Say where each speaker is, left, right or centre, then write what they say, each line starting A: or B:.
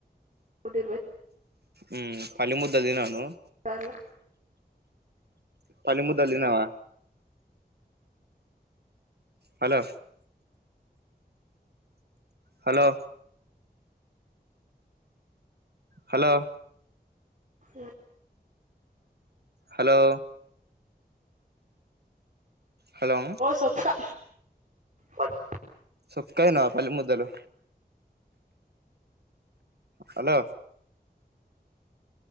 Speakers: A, on the right (about 45°); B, on the right (about 70°).
A: నూట ఇరవై
B: ఉ పల్లి ముద్ద తినవా నువ్వు
A: సర్లే
B: పల్లి ముద్ద తిన్నావా హలో హలో హలో
A: ఏ
B: హలో హలో
A: సొక్కా పాట్
B: సొక్క తిన్నావా పల్లి ముద్దలు హలో